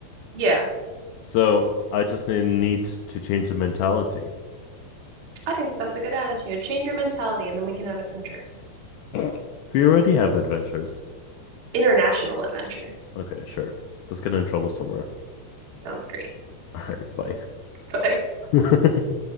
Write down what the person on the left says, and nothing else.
So I just need to change the mentality.
<clears throat> we already have adventures.
Okay, sure. Just get in trouble somewhere.
<laughs> All right,
bye. <laughs>